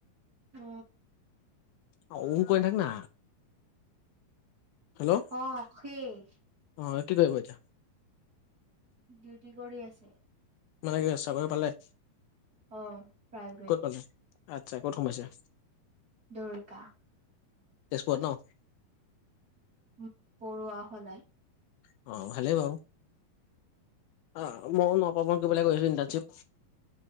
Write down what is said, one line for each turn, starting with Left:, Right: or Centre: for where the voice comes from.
Right: অ
Left: ও কৈ থাক না হেল্ল'
Right: অ শেষ
Left: অ কি কৰিব এতিয়া
Right: ডিউটি কৰি আছে
Left: মানে কি চাকৰি পালে।
Right: অ প্ৰাইভেট
Left: ক'ত পালে আচ্ছা কত সোমাইছা।
Right: দুৰ্গা
Left: তেজপুৰত ন
Right: উম পৰুৱা হলে
Left: অ ভালেই বাৰু অ মইও নাপাব মই কিব ক গৈছো ইণ্টাৰ্শিপ